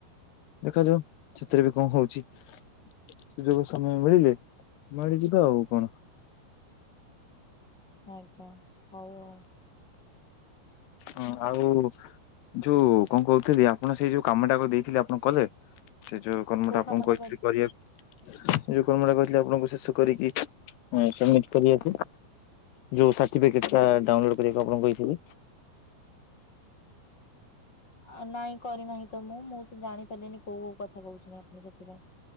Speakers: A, on the left (about 75°); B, on the left (about 25°).
A: ଦେଖାଯାଉ ସେଥିରେ ବି କଣ ହଉଛି ସୁଯୋଗ ସମୟ ମିଳିଲେ ମାଡି ଯିବା ଆଉ କଣ।
B: ଆଜ୍ଞା ହଉ ଆଉ।
A: ହଁ ଆଉ ଯୋଉ କଣ କହୁଥିଲି ଆପଣ ସେଇ ଯୋଉ କାମଟାକୁ ଦେଇଥିଲେ ଆପଣ କଲେ ସେ ଯୋଉ କର୍ମଟା
B: କୋଉ
A: ଆପଣଙ୍କୁ
B: କାମଟା
A: କହିଥିଲି
B: କହିଲେ
A: କରିବାକୁ। ଏ ଯୋଉ କର୍ମଟା କହିଥିଲେ ଆପଣଙ୍କୁ ଶେଷ କରିକି ସମମିଟ୍ କରିବାପାଇଁ। ଯୋଉ ସାର୍ଟିଫିକେଟ ଟା ଡାଉନଲୋଡ୍ କରିବାକୁ ଆପଣଙ୍କୁ କହିଥିଲି।
B: ଅ ନାଇଁ କରିନାହିଁ ତ ମୁଁ ମୁଁ ତ ଜାଣିପାରିଲିନି କୋଉ କଥା କହୁଛନ୍ତି ଆପଣ ସେଥିପାଇଁ।